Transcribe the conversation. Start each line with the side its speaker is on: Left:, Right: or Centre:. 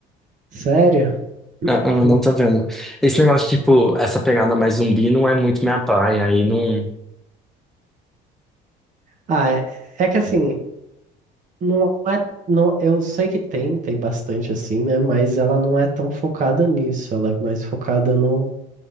Right: série.
Centre: ah, ah, não
Right: <clears throat>
Centre: tô vendo. Esse negócio, tipo, essa pegada mais zumbi não é muito minha praia, aí não.
Right: Ah, é, é que assim, não é. Não, eu sei que tem, tem bastante assim, né? Mas ela não é tão focada nisso. Ela é mais focada no